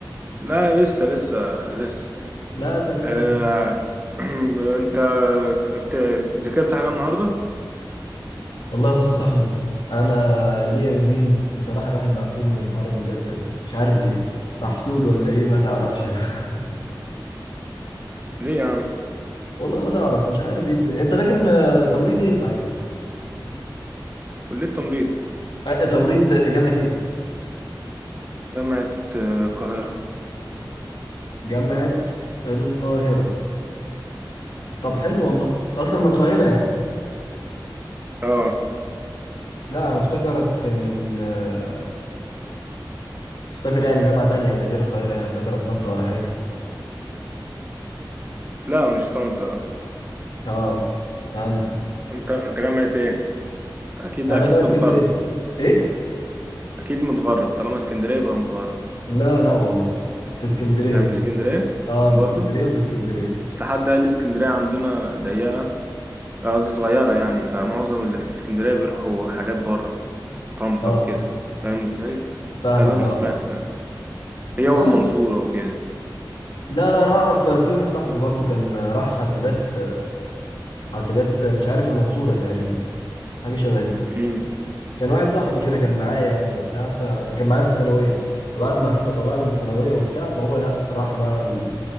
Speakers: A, on the right; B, on the left.
A: لا لسه لسه لسه
B: لا تمام
A: آه
B: يعني
A: <clears throat> انت بت- ذاكرت حاجة النهاردة
B: والله بص يا صاحبي انا ليا يومين بصراحة الواحد مقفول من حوار المذاكرة ده مش عارف ليه محسود ولا ايه ما تعرفش <laughs> بقى.
A: ليه يا عم
B: والله ما تعرف مش عارف ايه الدنيا انت لكن آه، تمريض ايه صحيح
A: كلية تمريض
B: آه، آه، تمريض جامعة ايه
A: جامعة آه، القاهرة
B: جامعة القاهرة طب حلو والله اصلا من القاهرة يعني
A: اه
B: لا انا افتكرك من ال- آه، افتكر يعني جامعة تانية يعني غير القاهرة يعني افتكرك طنطا ولا حاجة
A: لا مش طنطا لا
B: اه فهمت
A: انت انت جامعة ايه أنت اكيد
B: انا
A: اكيد
B: جاي
A: متغرب
B: اسكندريه ايه
A: اكيد متغرب طالما اسكندرية يبقى متغرب
B: لا لا والله في اسكندريه
A: يعني
B: والله
A: من اسكندرية
B: اه من
A: برضو
B: اسكندريه وفي اسكندريه
A: بس حد قال لي اسكندرية عندنا ضيقة آه، قصدي صغيرة يعني فمعظم اللي في اسكندرية بيروحوا حاجات بره طنطا
B: اه
A: وكده فاهم ازاي؟
B: فاهمك
A: ده اللي انا
B: اه
A: سمعته
B: اه
A: يعني هي
B: لا
A: والمنصورة
B: لا
A: وكده
B: لا لا انا اعرف في واحد صاحبي برضو كان راح حاسبات حاسبات مش عارف المنصوره تقريبا حاجه شبه دي
A: امم
B: كان واحد صاحبي كده كان معايا يعني وبتاع فكان معايا في الثانويه فبعد ما احنا طلعنا من الثانويه وبتاع فهو لا راح بقى ال-